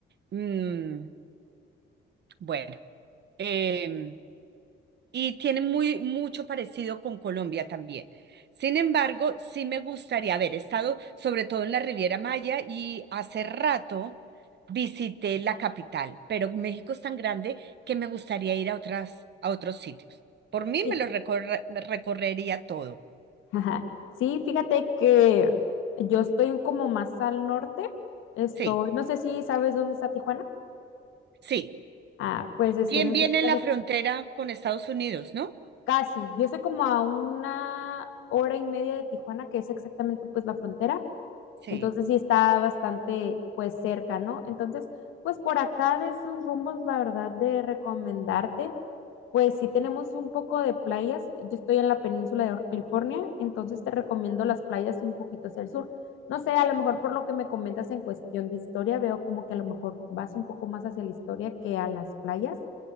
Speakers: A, on the right; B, on the left.
A: mm, bueno, em, y tiene muy, mucho parecido con Colombia también. Sin embargo, sí me gustaría haber estado sobre todo en la Riviera Maya y hace rato visité la capital, pero México es tan grande que me gustaría ir a otras, a otros sitios. Por mí
B: Sí,
A: me lo recorre- me recorrería todo.
B: ajá. Sí, fíjate que yo estoy como más al norte. Estoy,
A: Sí,
B: no sé si sabes dónde está Tijuana.
A: sí.
B: Ah, pues estoy
A: Bien,
B: muy
A: bien
B: cerca
A: en la
B: de
A: frontera con Estados Unidos, ¿no?
B: casi. Yo estoy como a una hora y media de Tijuana, que es exactamente pues la frontera.
A: Sí,
B: Entonces sí está bastante pues cerca, ¿no? Entonces, pues por acá de esos rumbos, la verdad, de recomendarte, pues sí tenemos un poco de playas. Yo estoy en la península de Baja California, entonces te recomiendo las playas un poquito hacia el sur. No sé, a lo mejor por lo que me comentas en cuestión de historia, veo como que a lo mejor vas un poco más hacia la historia que a las playas.